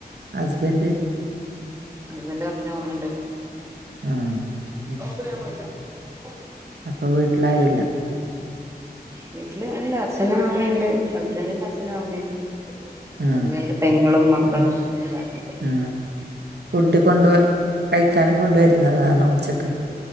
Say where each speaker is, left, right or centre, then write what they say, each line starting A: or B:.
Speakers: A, on the right; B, on the right.
A: ഹസ്ബൻഡ്
B: ഹസ്ബെന്റ് വർക്കിന് പോന്നുണ്ട്
A: ആ
B: <unintelligible>
A: ശരി അപ്പൊ വീട്ടില് ആരുവില്ല
B: വീട്ടില് ഉണ്ട് അച്ഛനും അമ്മയും ഉണ്ട് ഹസ്ബന്റിന്റെ അച്ഛനും അമ്മയും
A: ആ
B: ഹസ്ബന്റിന്റെ പെങ്ങളും മക്കളും
A: ആണ്
B: എല്ലാരും ഉണ്ട്
A: ആ <unintelligible> കൊണ്ട് കഴിക്കാൻ കൊണ്ടുവരുന്നതാണോ ഉച്ചക്ക്